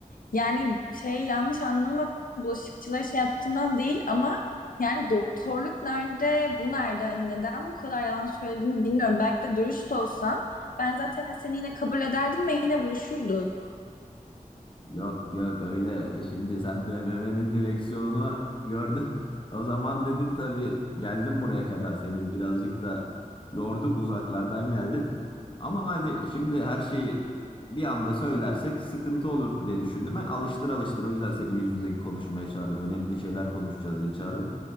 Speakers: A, on the left; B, on the left.
A: Yani şey yanlış anlama bulaşıkçılara şey yaptığımdan değil ama yani doktorluk nerede, bu nerede? Hani neden bu kadar yalan söylediğini bilmiyorum. Belki de dürüst olsan ben zaten seni yine kabul ederdim ve yine buluşurduk.
B: Yok yok öyle şimdi sen BMW'nin direksiyonunu gördün. <laughs> O zaman dedin tabii geldim buraya kadar seni birazcık da yorduk uzaklardan geldin. Ama hani şimdi her şeyi bir anda söylersek sıkıntı olur diye düşündüm. Ben alıştır alıştır o yüzden seni yüz yüze konuşmaya çağırdım. Önemli şeyler konuşacağız diye çağırdım.